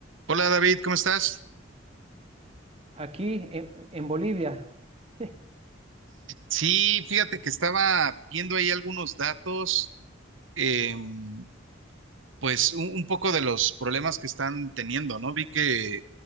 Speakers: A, on the right; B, on the right.
A: Hola David, ¿cómo estás?
B: Aquí en, en Bolivia, <laughs>
A: Sí, fíjate que estaba viendo ahí algunos datos, em, pues un, un poco de los problemas que están teniendo, ¿no? Vi que